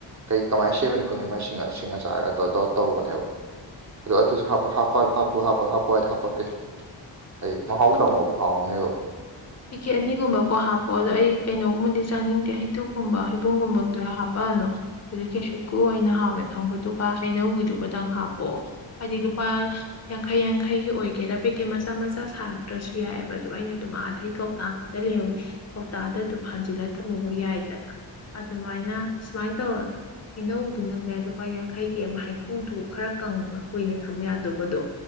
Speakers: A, on the right; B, on the left.
A: ꯀꯩ ꯀꯃꯥꯏ ꯁꯦꯝꯃꯤꯅꯣ ꯈꯪꯗꯦ ꯃꯥꯏ ꯁꯤꯡ ꯁꯤꯡ ꯑꯆꯥꯔꯒ ꯇꯧꯔ ꯇꯧꯔ ꯇꯧꯕꯅꯦꯕ ꯑꯗꯣ ꯑꯗꯨꯖꯨ ꯍꯥꯞꯄ ꯍꯥꯞꯄ ꯍꯥꯞꯄꯨ ꯍꯥꯄ ꯍꯥꯄꯨꯑꯥꯗꯤ ꯍꯥꯞꯄꯛꯀꯦ ꯍꯥꯏꯗꯤ ꯃꯍꯥꯎ
B: ꯍꯣꯏ
A: ꯇꯪꯉꯣꯕ ꯍꯥꯎꯅꯦꯕ
B: ꯄꯦꯀꯦꯠ ꯑꯅꯤꯒꯨꯝꯕ ꯀꯣ ꯍꯥꯞꯄꯑꯣ ꯑꯗꯣ ꯑꯩ ꯀꯩꯅꯣꯒꯨꯝꯕꯗꯤ ꯆꯥꯅꯤꯡꯗꯦ ꯍꯩꯇꯨꯞꯀꯨꯝꯕ ꯍꯩꯕꯨꯡꯒꯨꯝꯕ ꯗꯨꯔ ꯍꯥꯞꯄꯛꯑꯅꯣ ꯍꯧꯖꯤꯛꯁꯤ ꯍꯩꯀꯨ ꯑꯣꯏꯅ ꯍꯥꯎꯋꯦ ꯈꯪꯕꯗꯨꯒ ꯍꯩꯅꯧꯒꯤꯗꯨꯒ ꯇꯪ ꯍꯥꯞꯄꯑꯣ ꯍꯥꯏꯗꯤ ꯂꯨꯄꯥ ꯌꯥꯡꯈꯩ ꯌꯥꯡꯈꯩꯒꯤ ꯑꯣꯏꯒꯦꯔꯥ ꯄꯦꯀꯦꯠ ꯃꯆꯥ ꯃꯆꯥ ꯁꯥꯔꯛꯇ꯭ꯔꯁꯨ ꯌꯥꯏꯌꯦꯕ ꯑꯗꯨꯝ ꯑꯩꯅ ꯗꯨꯝ ꯑꯥꯗꯩ ꯊꯣꯛꯀꯥꯛꯇꯥ ꯂꯩꯍꯧꯋꯦ ꯀꯧꯇꯥꯗ ꯑꯗꯨꯝ ꯍꯥꯟꯖꯤꯜꯂ ꯊꯝꯃꯨꯕ ꯌꯥꯏꯗꯅ ꯑꯗꯨꯃꯥꯏꯅ ꯁꯨꯃꯥꯏ ꯇꯧꯔꯣ ꯍꯩꯅꯧꯗꯨꯅꯅꯦ ꯂꯨꯄꯥ ꯌꯥꯡꯈꯩꯒꯤ ꯑꯃ ꯍꯩꯀꯨꯗꯨ ꯈꯔ ꯀꯪꯕ ꯀꯨꯏꯅ ꯊꯝ ꯌꯥꯗꯣꯕꯗꯣ